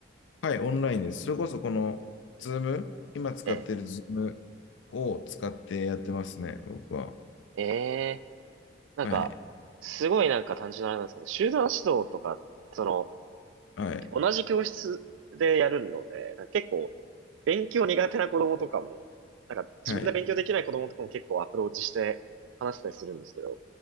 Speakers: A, on the left; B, on the right.
A: はい、オンラインです。それこそこの、ズーム、今使ってるズームを使ってやってますね、
B: ね。
A: 僕は。
B: ええ。ええ。なんか、
A: はい、
B: すごいなんか単純なあれなんですけど、集団指導とか、その、
A: はい、
B: 同じ教室でやるので、なんか結構、勉強苦手な子供とかも、なんか自分で勉強できない子供とかも結構アプローチして話したりするんですけど、
A: はい、